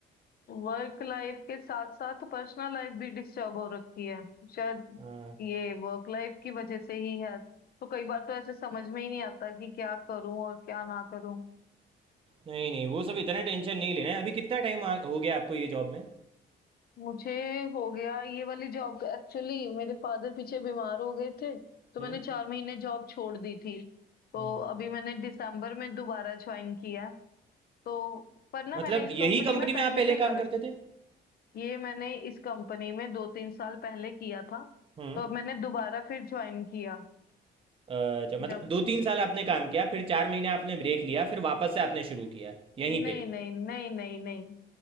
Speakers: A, on the left; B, on the right.
A: वर्क लाइफ के साथ साथ पर्सनल लाइफ भी डिस्टर्ब हो रखी है शायद
B: हाँ
A: ये वर्क लाइफ की वजह से ही है तो कई बार तो ऐसे समझ में ही नहीं आता कि क्या करूं और क्या ना करूं
B: नहीं नहीं वो सब इतना टेंशन नहीं लेना है अभी कितना टाइम हो गया आपको ये जॉब में
A: मुझे हो गया ये वाली जॉब एक्चुअली मेरे फादर पीछे बीमार हो गए थे तो
B: हम्म
A: मैंने चार महीने जॉब छोड़ दी थी तो
B: हम्म
A: अभी मैंने दिसंबर में दोबारा ज्वाइन किया तो पर ना
B: मतलब
A: मैंने इस कंपनी
B: यही कंपनी
A: में पहले
B: में आप पहले
A: भी
B: काम
A: कर
B: करते थे
A: ये मैंने इस कंपनी में दो तीन साल पहले किया था
B: हम्म
A: तो अब मैंने दोबारा फिर ज्वाइन किया
B: अच्छा मतलब
A: जब
B: दो तीन साल आपने काम किया फिर चार महीने आपने ब्रेक लिया फिर वापस से आपने शुरू किया
A: नहीं
B: यहीं पे
A: नहीं नहीं नहीं नहीं